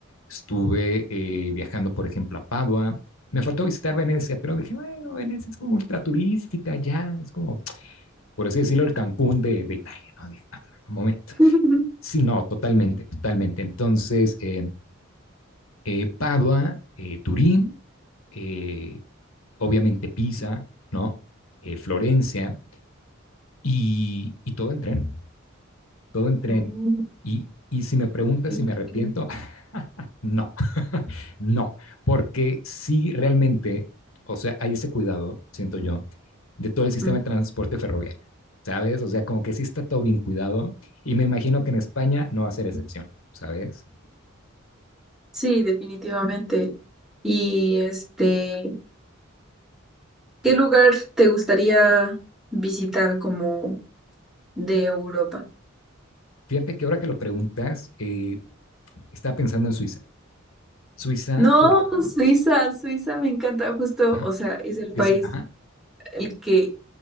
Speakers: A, on the left; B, in the centre.
A: Estuve eh, viajando, por ejemplo, a Padua. Me faltó visitar Venecia, pero dije, bueno, Venecia es como ultra turística, ya, es como, por así decirlo, el Cancún de, de Italia, ¿no? Dije, no, no, un momento.
B: <laughs>
A: Sí, no, totalmente, totalmente. Entonces, eh, eh, Padua, eh, Turín, eh, obviamente Pisa, ¿no? Eh, Florencia, y, y todo en tren. todo en tren.
B: Mm,
A: Y, y si me preguntas
B: ok,
A: si me arrepiento,
B: ok.
A: <laughs> no, <laughs> no, porque sí realmente, o sea, hay ese cuidado, siento yo, de todo el sistema
B: Mm,
A: de transporte ferroviario, ¿sabes? O sea, como que sí está todo bien cuidado y me imagino que en España no va a ser excepción, ¿sabes?
B: Sí, definitivamente. Y este, ¿Qué lugar te gustaría visitar como de Europa?
A: Fíjate que ahora que lo preguntas, eh, estaba pensando en Suiza. Suiza,
B: No,
A: por...
B: Suiza, Suiza me encanta, justo,
A: Ajá,
B: o sea, es el
A: sí,
B: país
A: sí, ajá.
B: el que,